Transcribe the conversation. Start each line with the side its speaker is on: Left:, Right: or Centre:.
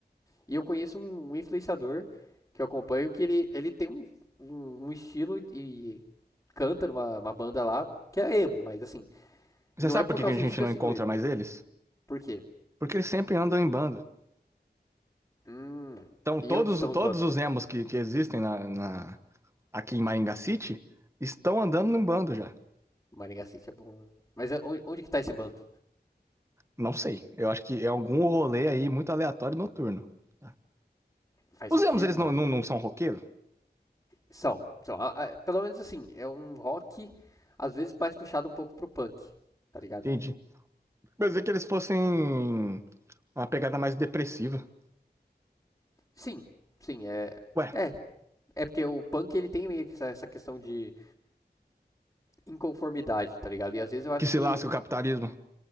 Left: E eu conheço um, um influenciador que eu acompanho que ele, ele tem um, um, um estilo e, e canta numa uma banda lá que é emo, mas assim,
Right: Você
Left: não
Right: sabe
Left: é por
Right: por que
Left: causa
Right: que a gente
Left: disso que
Right: não
Left: eu sigo
Right: encontra
Left: ele.
Right: mais eles?
Left: Por quê?
Right: Porque eles sempre andam em bando.
Left: Hum,
Right: Então,
Left: e
Right: todos,
Left: onde estamos,
Right: todos
Left: bando?
Right: os emos que, que existem na, na- aqui em Maringá City estão andando em bando já.
Left: Maringá City é bom, né? Mas é- onde, onde que tá esse bando?
Right: Não sei. Eu acho que é algum rolê aí muito aleatório noturno. tá?
Left: Faz
Right: Os
Left: sentido,
Right: emos, eles
Left: mano.
Right: não, não, não são roqueiros?
Left: São, são. a- a- pelo menos assim, é um rock, às vezes mais puxado um pouco pro punk, tá ligado?
Right: Entendi. Mas é que eles fossem uma pegada mais depressiva.
Left: Sim, sim, é.
Right: Ué,
Left: É, é porque o punk ele tem meio que essa, essa questão de inconformidade, tá ligado? E às vezes eu acho
Right: que se
Left: que.
Right: lasca o capitalismo.